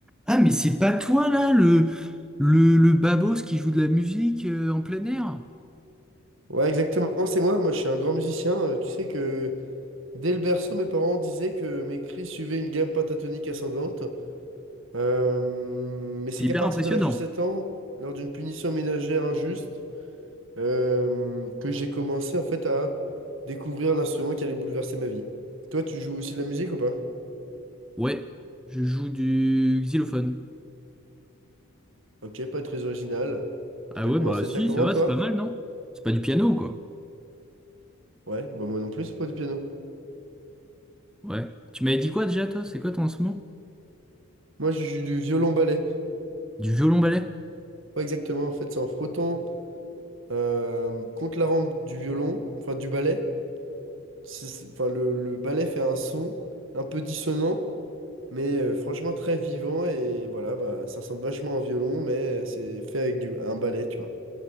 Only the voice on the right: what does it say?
Ouais, exactement, c'est moi. Moi, je suis un grand musicien. Euh, Tu sais que dès le berceau, mes parents disaient que mes cris suivaient une gamme pentatonique ascendante. Euh, mais c'est
qu'à
partir
de l'âge de 7 ans, lors d'une punition ménagère injuste, euh, que j'ai commencé en fait à découvrir l'instrument qui allait bouleverser ma vie. Toi, tu joues aussi de la musique ou pas?
Ok, pas très original.
T'as
commencé
ça comment,
toi?
Ouais, bah moi non plus, c'est pas du piano.
Moi, je joue du violon-ballet.
Ouais, exactement, en fait, c'est en frottant. euh, contre la rampe du violon, enfin du ballet. C'est- c'est- Enfin, le, le ballet fait un son un peu dissonant, mais euh, franchement très vivant. Et voilà, bah, ça ressemble vachement à un violon, mais euh, c'est fait avec du, un ballet, tu vois.